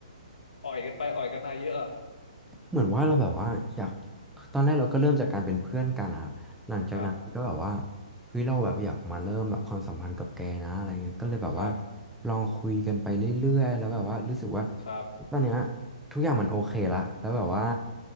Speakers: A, on the left; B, in the centre.
A: อ่อยกันไปอ่อยกันมาเยอะเหรอ
B: เหมือนว่าเราแบบว่าอยากตอนแรกเราก็เริ่มจากการเป็นเพื่อนกันนะครับหลังจากนั้นก็แบบว่า
A: ครับ
B: เฮ้ยเราแบบอยากมาเริ่มแบบความสัมพันธ์กับแกนะอะไรเงี้ยก็เลยแบบว่า
A: ครับ
B: ลองคุยกันไปเรื่อยๆแล้วแบบว่ารู้สึกว่า
A: ครับ
B: ตอนเนี้ยทุกอย่างมันโอเคละแล้วแบบว่า